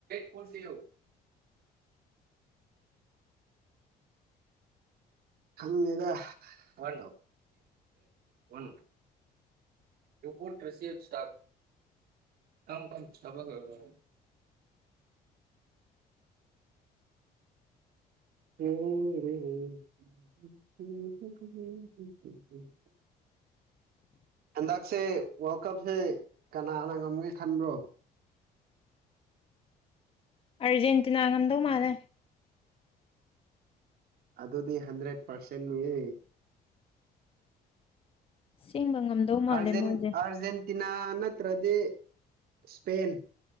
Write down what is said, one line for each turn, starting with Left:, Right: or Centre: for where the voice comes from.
Right: ꯀꯁꯤ ꯊꯗ ꯋꯥ ꯋꯥꯣ ꯌꯄꯣꯠ ꯔꯁꯤꯌꯥ ꯁꯇꯥ ꯀꯝ ꯀ ꯁꯕꯒꯅꯤ <unintelligible> <unintelligible> <unintelligible> <unintelligible> <inaudible> ꯍꯟꯗꯛꯁꯦ ꯋꯥꯔꯜ ꯀꯞꯁꯦ ꯀꯅꯥꯅ ꯉꯝꯒꯦ ꯈꯟꯕ꯭ꯔꯣ <unintelligible>
Left: ꯑꯔꯖꯦꯟꯇꯤꯅꯥ ꯉꯝꯗꯧ ꯃꯥꯜꯂꯦ
Right: ꯑꯗꯨꯗꯤ ꯍꯟꯗ꯭ꯔꯦꯠ ꯄꯥꯔꯁꯦꯟ ꯅꯨꯌꯦ
Left: ꯁꯦꯡꯕ ꯉꯝꯗꯧ ꯃꯥꯜꯂꯦ
Right: ꯑ
Left: ꯃꯣꯏꯁꯦ
Right: ꯑꯔꯖꯦꯟꯇꯤꯟ ꯅꯥ ꯅꯠꯇ꯭ꯔꯗꯤ ꯏꯁꯄꯦꯟ